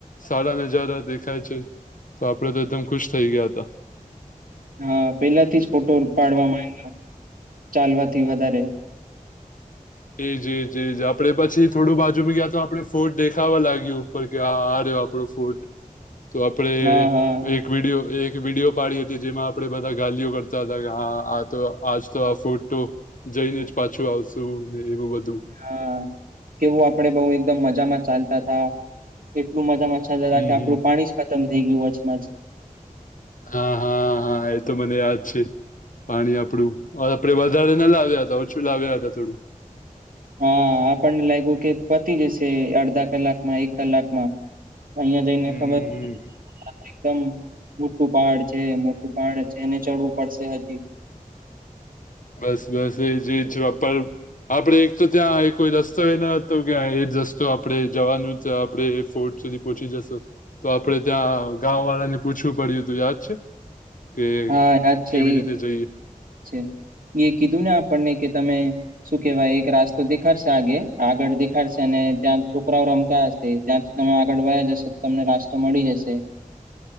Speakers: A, on the left; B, on the right.
A: સારા નજારા દેખાય છે તો આપડે તો એકદમ ખુશ થઈ ગયા હતા.
B: હા પેલા થી જ ફોટો પાડવાવામાં આવે ચાલવાથી વધારે.
A: એ જજજ આપડે પછી થોડું બાજુમાંી ગયા તો આપડે ફોર્ટ દેખાવા લાગ્યું. કે આ આ રહ્યો આપણો ફૂટ તો આપણેે.
B: હા હા.
A: એક વિડીિયો એક વિડીિયો પાડી હતી જેમાં આપણેે બધા ગલીઓ કરતા હતા કે હા. તો આજ તો આ ફોટો જઈને જ પાછું આવશું ને એવું બધુ
B: હા કેવું આપડે બઉ એકદમ મજામાં ચાલતા થા. એટલું મજામાંછા જતા
A: હમ
B: કે
A: હમ
B: આપડું પાણી જ ખતમ થઈ ગયું વજમાં જ
A: હા હા હા એ તો મને યાદ છે. પાણી આપડું આપડે વધારે ના લાવ્યા હતા ઓછું લાવ્યા હતા થોડુ
B: હા આપણને લાગ્યું કે પતિ જશે અડધા કલાકમાં એક કલાકમા અહિયાં જઈને
A: હમ
B: ખબર
A: હમ હમ
B: એકદમ મોટું પહાડ છે, મોટુ પણ છે, એને ચડવું પડશે હજી.
A: બસ બસ એ જ જવાપર આપડણે એક તો ત્યાં કોઈ રસ્તો એ ન હતો કે એ જ રસ્તો આપડણે જવાનું છે, આપણે ફોર્ટ સુધી પહચી જશો તો આપડે ત્યાં ગા વાળા ને પૂછવું પડ્યું ત યાદ છે. કે
B: હા યાદ
A: કેવી
B: છે
A: રીતે જઈએ
B: એ એ કીધું ને આપણને કે તમે શું કેવાય એક રાસ્તો દેખાડશે આગે આગળ દેખાડશે અનેને ત્યાં છોકરાઓ રમતા હ ત્યાંથી તમે આગળ વા્યા જશો તો તમને રાસ્તો મળી જશે
A: .